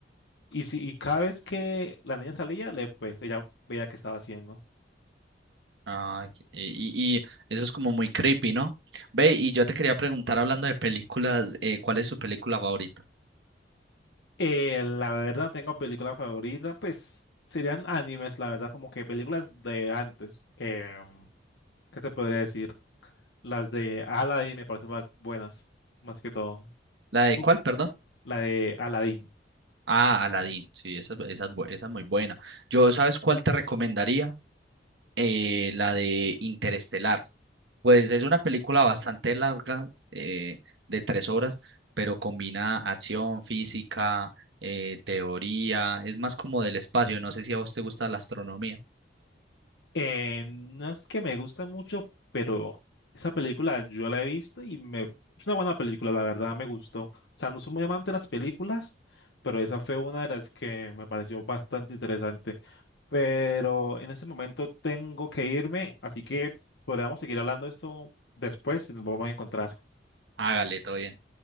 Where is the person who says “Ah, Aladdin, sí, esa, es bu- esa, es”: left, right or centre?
Right